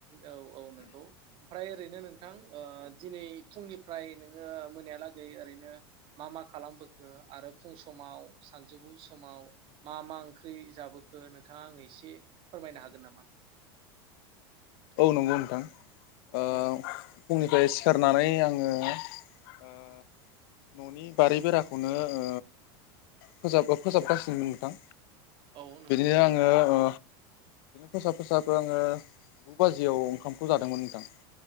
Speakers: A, on the right; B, on the left.
A: औ औ नंगौ ओमफ्राय ओरैनो नोंथां ओ दिनै फुंनिफ्राय नोङो मोनायालागै ओरैनो मा मा खालामबो ओ आरो फुं समाव सानजौफु समाव मा मा ओंख्रि जाबोखो नोंथाङा आंनो एसे फोरमायनो हागोन नामा?
B: औ नंगौ नोंथां ओ
A: औ
B: फुंनिफ्राय सिखारनानै आङो ओ न'नि बारि बेराखौनो ओ फोजाब फोजाबगासिनो नोंथां
A: औ नंगौ
B: बिदिनो आङो ओ फोसाब फोसाब आङो गु बाजियाव ओंखामखौ जादोंमोन नोंथां